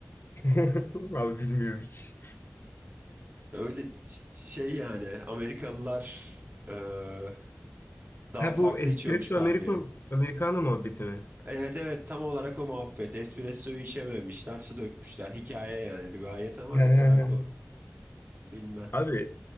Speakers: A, on the left (about 65°); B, on the right (about 45°).
A: <laughs> Abi bilmiyorum hiç.
B: <laughs> Öyle c- şey yani Amerikalılar eee, daha
A: Ha
B: farklı
A: bu Espresso
B: içiyormuş kahveyi.
A: Americo, Americano muhabbeti mi?
B: Evet evet tam olarak o muhabbet. Espresso'yu içememişler, su dökmüşler. Hikaye yani rivayet ama
A: <laughs>
B: ne kadar doğru bilmem.
A: Abi